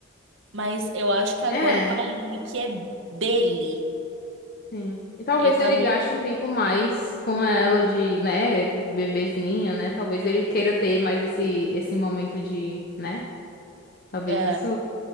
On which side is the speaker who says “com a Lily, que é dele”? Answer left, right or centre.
Right